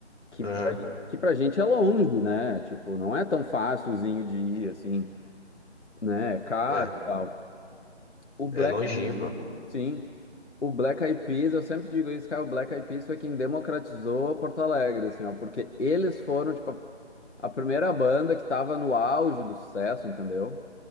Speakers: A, on the left; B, on the left.
A: Que
B: Aham.
A: pra, que pra gente é longe, né? Tipo, não é tão fácilzinho de ir, assim, né? É caro
B: É,
A: e tal. O Black,
B: é longinho, pô.
A: sim, o Black Eyed Peas, eu sempre digo isso, cara, o Black Eyed Peas foi quem democratizou Porto Alegre, assim, ó, porque eles foram, tipo, a a primeira banda que tava no auge do sucesso, entendeu?